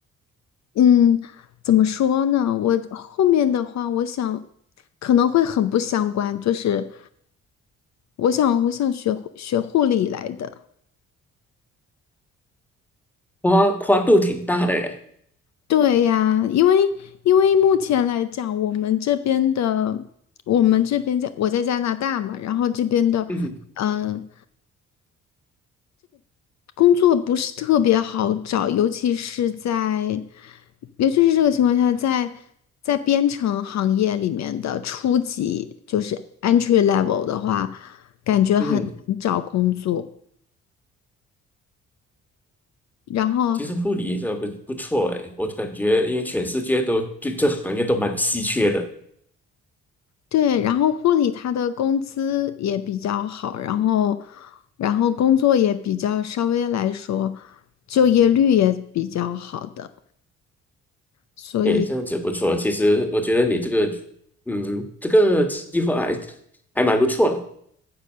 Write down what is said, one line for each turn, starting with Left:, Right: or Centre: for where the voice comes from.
Left: 嗯，怎么说呢？我后面的话，我想可能会很不相关，就是我想我想学护学护理来的。
Centre: 跨跨度挺大的耶。
Left: 对呀，因为因为目前来讲，我们这边的我们这边在我在加拿大嘛，然后这边的，
Centre: 嗯哼
Left: 嗯。工作不是特别好找，尤其是在，尤其是这个情况下，在在编程行业里面的初级，就是 entry level 的话，感觉很难找工作。
Centre: 嗯哼
Left: 然后
Centre: 其实护理也是不不错哎，我感觉因为全世界都对这行业都蛮稀缺的，
Left: 对，然后护理他的工资也比较好，然后然后工作也比较稍微来说，就业率也比较好的，所以。
Centre: 哎，这样子不错。其实我觉得你这个，嗯，这个计划还还蛮不错的，